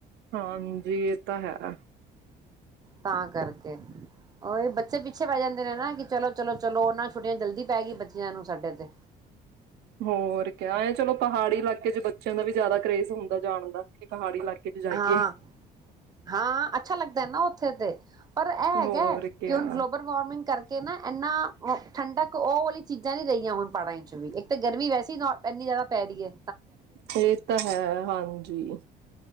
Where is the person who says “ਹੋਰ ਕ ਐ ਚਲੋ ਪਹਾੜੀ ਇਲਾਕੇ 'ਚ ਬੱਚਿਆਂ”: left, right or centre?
Right